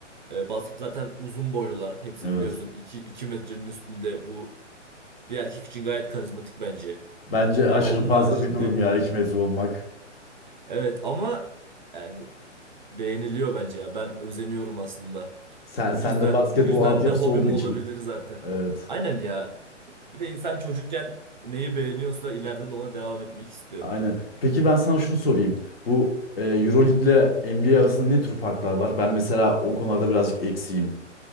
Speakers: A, on the right; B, on the left.
A: E, basket zaten uzun boylular. Hepsi
B: Evet.
A: biliyorsun iki 2 metrenin üstünde. Bu bir erkek için gayet karizmatik bence.
B: Bence
A: Ya
B: aşırı
A: onun
B: fazla
A: haricinde
B: bir durum ya 2 metre olmak.
A: evet ama yani beğeniliyor bence ya. Ben özeniyorum aslında.
B: Sen,
A: Bu
B: sen
A: yüzden
B: de basketbol
A: bu yüzden
B: altyapısı
A: de hobim
B: olduğu için.
A: olabilir zaten.
B: Evet.
A: Aynen ya. Bir de insan çocukken neyi beğeniyorsa ileride de ona devam etmek istiyor.
B: Aynen. Peki ben sana şunu sorayım. Bu e, Euroleague ile NBA arasında ne tür farklar var? Ben mesela o konularda birazcık eksiğim.